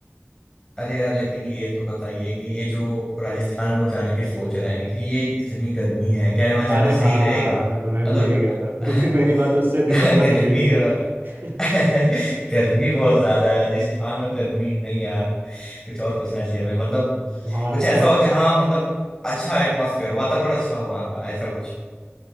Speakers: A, on the left; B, on the right.
A: अरे यार लेकिन ये तो बताइए कि ये जो राजस्थान हम लोग जाने की सोच रहे हैं कि ये इतनी गर्मी है क्या यहाँ जाना
B: अरे
A: सही
B: हाँ
A: रहेगा
B: मैं तो मैं
A: मतलब
B: भूल ही गया था
A: <laughs>
B: क्योंकि मेरी बात उससे दिसंबर
A: गर्मी
B: में हुई थी
A: <laughs>
B: <laughs>
A: गर्मी बहुत ज्यादा है राजस्थान और गर्मी नहीं यार कुछ और सोचना चाहिए हमें मतलब
B: हाँ
A: कुछ ऐसा हो जहाँ मतलब अच्छा एटमॉस्फेयर वातावरण अच्छा हो वहाँ का ऐसा कुछ